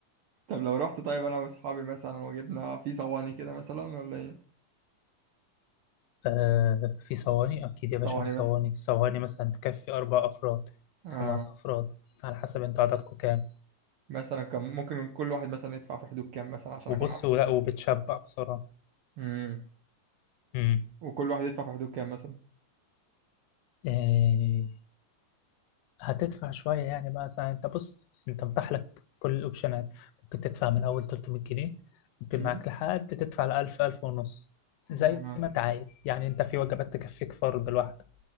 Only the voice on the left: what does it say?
آه في صواني اكيد يا
باشا في صواني
صواني مثلا تكفي اربع افراد
خمس افراد على حسب انتوا عددكم كام
وبصوا
لا
وبتشبع بصراحه
امم
آه هتدفع شويه يعني بقى مثلا انت بص انت متاح لك كل الاوبشنات ممكن تدفع من اول 300 جنيه ممكن
معاك لحد تدفع ل 1000 1000 ونص زي
ما انت عايز يعني انت في وجبات تكفيك فرد لوحده